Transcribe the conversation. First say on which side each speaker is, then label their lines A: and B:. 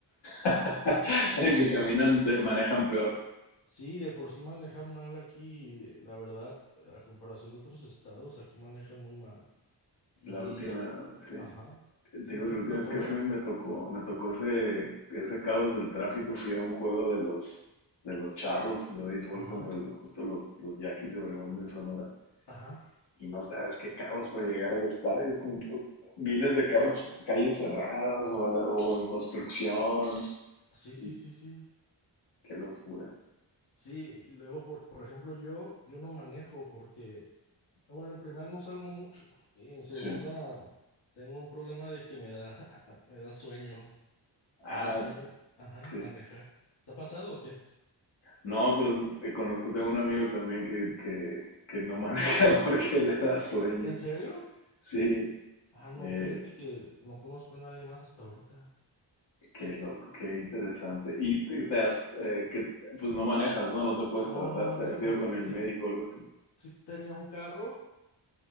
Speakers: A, on the left; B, on the left.
A: <laughs> Que caminan, de, manejan peor.
B: Sí, de por sí manejan mal aquí, de- la verdad, a comparación de otros estados, aquí manejan muy mal. Y,
A: La última,
B: eh,
A: sí.
B: ajá,
A: Te
B: sí,
A: digo
B: sí
A: que la
B: te
A: última
B: tocó
A: vez que
B: ver,
A: fui me tocó, me tocó ese, ese caos del tráfico. Fui a un juego de los, de los charros de béisbol
B: ajá,
A: contra el- justo los, los Yaquis de Obregón de Sonora.
B: ajá,
A: Y no sabes qué caos fue llegar al estadio con miles de carros, calles cerradas
B: ah,
A: o, a la- o en construcción.
B: sí,
A: Y
B: sí, sí, sí,
A: qué locura.
B: sí, y luego, por, por ejemplo, yo, yo no manejo porque, ah, bueno, en primera no salgo mucho, y en segunda
A: Sí.
B: tengo un problema de que me da, <laughs> me da sueño, me
A: Ah,
B: da sueño, ajá,
A: sí.
B: manejar. ¿Te ha pasado o qué?
A: No, pero sí, eh, conozco, tengo un amigo también que, que, que no maneja <laughs> porque le da
B: Eh,
A: sueño.
B: ¿En serio?
A: Sí.
B: Ah, no,
A: Eh,
B: fíjate que no conozco a nadie más hasta ahorita.
A: Qué loco, qué interesante. Y te, te has, eh, que, pues no manejas, ¿no? No te puedes
B: No,
A: tratar,
B: no manejo.
A: te has ido con el
B: Sí,
A: médico o algo así.
B: sí tenía un carro